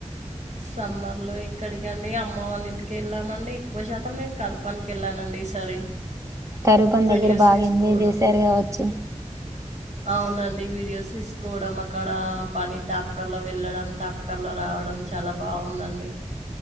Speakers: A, on the right; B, on the right.
A: సమ్మర్ లో ఇక్కడికండి అమ్మ వాళ్ళ ఇంటికి వెళ్ళామండి ఎక్కువ శాతం నేను కరపానికి వెళ్ళానండి ఈసారి
B: కరూపం
A: వీడియోస్
B: దగ్గర బాగా
A: తీసుకోవడం.
B: ఎంజాయ్ చేశారు కావచ్చు
A: అవునండి వీడియోస్ తీసుకోవడం అక్కడ పని ట్రాక్టర్ లో వెళ్ళడం ట్రాక్టర్ లో రావడం చాలా బాగుందండి